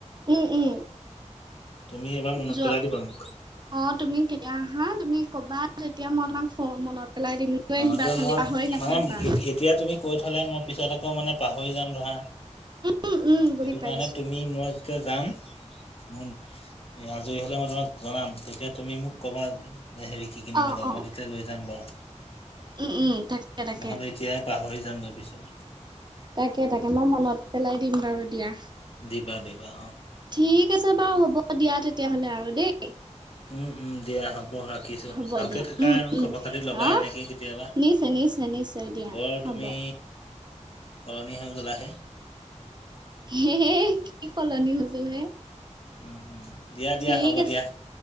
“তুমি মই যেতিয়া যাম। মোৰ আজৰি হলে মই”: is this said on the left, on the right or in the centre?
Left